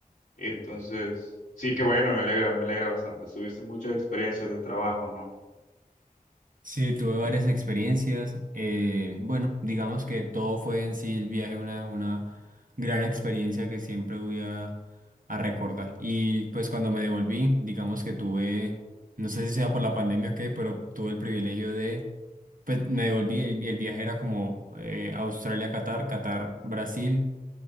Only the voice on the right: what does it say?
Sí, tuve varias experiencias. eh, bueno, digamos que todo fue en sí el viaje una, una gran experiencia que siempre voy a, a recordar. Y pues cuando me devolví, digamos que tuve, no sé si sea por la pandemia o qué, pero tuve el privilegio de, pues me devolví, el, el viaje era como eh, Australia-Qatar, Qatar-Brasil